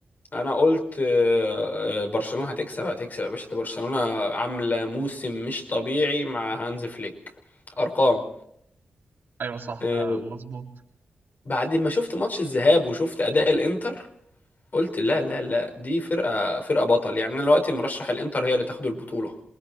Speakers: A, on the left; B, on the right.
A: انا قلت آه، آه، برشلونة هتكسب هتكسب يا باشا ده برشلونة عاملة موسم مش طبيعي مع هانز فليك ارقام
B: ايوه صح
A: آه،
B: ده مظبوط
A: بعد ما شفت ماتش الذهاب وشفت اداء الانتر قلت لا لا لا دي فرقة فرقة بطل يعني انا دلوقتي مرشح الانتر هي اللي تاخد البطولة